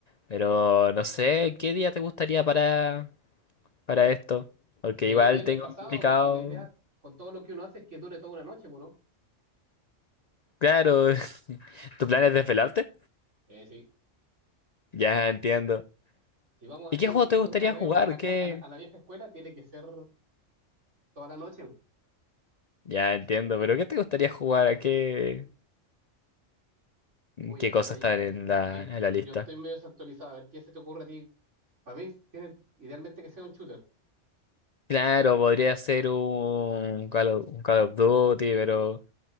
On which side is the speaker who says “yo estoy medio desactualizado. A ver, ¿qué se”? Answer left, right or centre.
Right